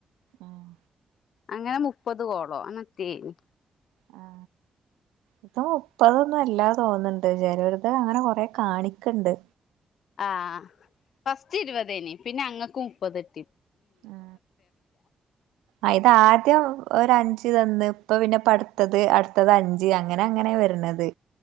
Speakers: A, on the right (about 90°); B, on the left (about 70°).
A: ആഹ്
B: അങ്ങനെ മുപ്പത് കോളോ അങ്ങനെത്തെയെനി
A: ആ ഇപ്പ മുപ്പതൊന്നും അല്ലാ തോന്ന്ണ്ട് ചെലോര്ത് അങ്ങനെ കൊറെ കാണിക്ക്ണ്ട്
B: ആ ഫസ്റ്റ് ഇരുവതെയിനി പിന്നെ അങ്ങക്ക് മുപ്പത്ട്ടി
A: ആ അ ഇത് ആദ്യം ഒര് അൻ ഞ്ച് തന്ന് ഇപ്പ പിന്നെ ഇപ്പ അട്ത്തെത് അഞ്ച് അങ്ങനെ അങ്ങനെ വെര്ണെത്